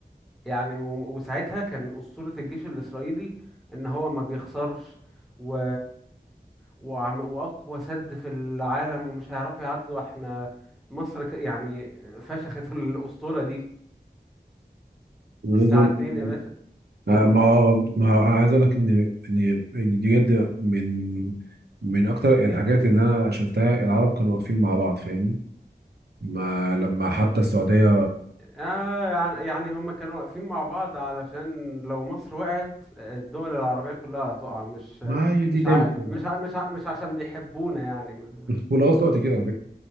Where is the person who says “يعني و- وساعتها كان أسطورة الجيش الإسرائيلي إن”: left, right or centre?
Centre